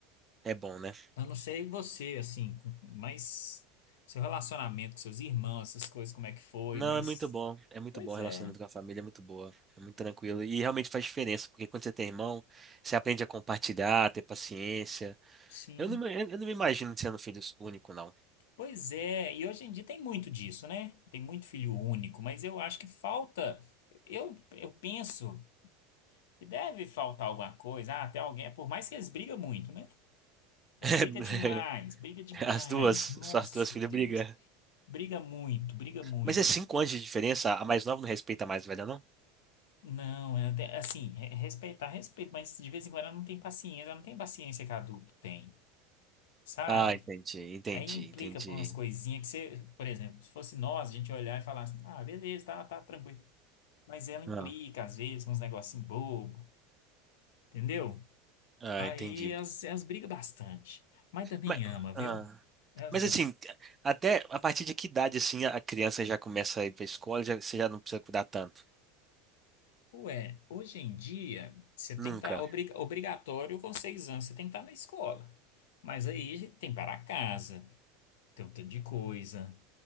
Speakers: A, on the right; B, on the left.
A: É bom, né?
B: Eu não sei você, assim, com- mas seu relacionamento com seus irmãos, essas coisas, como é que foi,
A: Não,
B: mas.
A: é muito bom. É muito
B: Pois
A: bom o relacionamento
B: é,
A: com a família, é muito boa. É muito tranquilo. E realmente faz diferença, porque quando você tem irmão, você aprende a compartilhar, a ter paciência.
B: sim.
A: Eu não, me- eu não me imagino sendo filho único, não.
B: Pois é, e hoje em dia tem muito disso, né? Tem muito filho único, mas eu acho que falta. Eu, eu penso que deve faltar alguma coisa, ah, até alguém, é por mais que eles brigam muito, né? Mas
A: <laughs>
B: briga demais, briga demais.
A: As duas,
B: Nossa,
A: só as duas filhas
B: Deus.
A: brigam.
B: Briga muito, briga muito.
A: Mas é cinco anos de diferença, a mais nova não respeita a mais velha, não?
B: Não, é até assim, re- respeitar, respeito, mas de vez em quando ela não tem paciência, ela não tem paciência que adulto tem, sabe?
A: Ah, entendi, entendi,
B: Aí implica
A: entendi.
B: por umas coisinhas que você, por exemplo, se fosse nós, a gente olhar e falar assim, ah, beleza, tá, tá tranquilo. Mas ela implica,
A: Ah,
B: às vezes, com uns negocinhos bobo, entendeu?
A: ah,
B: Aí
A: entendi.
B: elas, elas brigam bastante. Mas também
A: Mas,
B: ama, viu?
A: ah,
B: Elas
A: Mas
B: amam.
A: assim, até a partir de que idade assim a criança já começa a ir para a escola, já, você já não precisa cuidar tanto?
B: Ué, hoje em dia, você
A: Nunca.
B: tem que estar obrigatório com seis anos, você tem que estar na escola. Mas aí tem para casa. Tem um tanto de coisa.